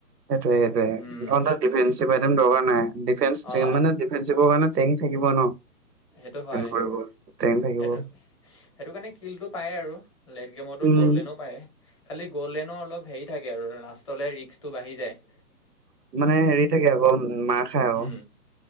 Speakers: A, on the right; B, on the left.
A: সেইটোৱে সেইটোৱে
B: উম
A: ধৰ তোৰ ডিফেঞ্চিভ একদম দৰকাৰ নাই ডিফেঞ্চ
B: অ
A: মানে ডিফেঞ্চিভৰ কাৰণে টাইম থাকিব ন' ডিফেন্ড
B: সেইটো হয়
A: কৰিব, টাইম থাকিব।
B: সেইটো সেইটো কাৰণে কিলটো পায় আৰু লেট গেমটো
A: উম
B: গ'ল্ডেনো পায়। খালি গ'ল্ডেনৰ অলপ হেৰি থাকে আৰু লাষ্টলে ৰিক্সটো বাঢ়ি যায়।
A: মানে হেৰি থাকে আকৌ মাৰ খাই আকৌ।
B: উম